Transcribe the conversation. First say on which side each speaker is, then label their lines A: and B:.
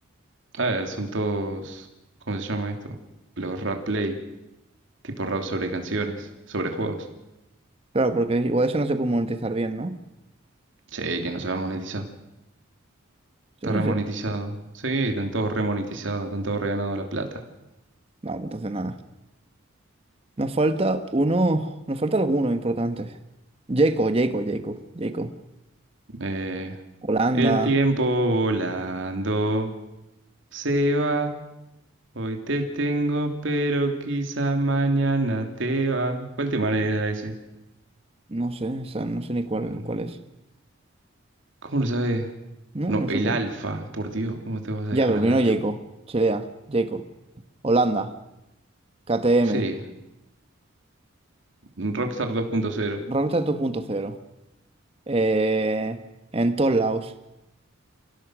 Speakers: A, on the right; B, on the right.
A: A ver, son todos, ¿cómo se llama esto? Los rap play, tipo rap sobre canciones, sobre juegos.
B: Claro, porque igual eso no se puede monetizar bien, ¿no?
A: Sí, que no se va a monetizar.
B: Sí,
A: Está remonetizado.
B: sí.
A: Sí, están todos remonetizados, están todos reganado la plata.
B: No, pues entonces nada. Nos falta uno. Nos falta alguno importante. Jaco, Jaco, Jaco, Jaco.
A: Eh,
B: Holanda.
A: el tiempo volando se va. Hoy te tengo, pero quizá mañana te va. ¿Cuál tema era ese?
B: No sé, o sea, no sé ni cuál,
A: Mm,
B: cuál es.
A: ¿Cómo lo sabes?
B: No,
A: No,
B: no sé
A: el
B: cuál.
A: alfa, por Dios, ¿cómo te vas a
B: Ya,
A: dejar
B: pero
A: al
B: primero
A: alfa?
B: Jaco. Chilea, Jaco. Holanda. KTM.
A: Sí. Un Rockstar 2.0.
B: Rockstar 2.0. eh, en todos lados.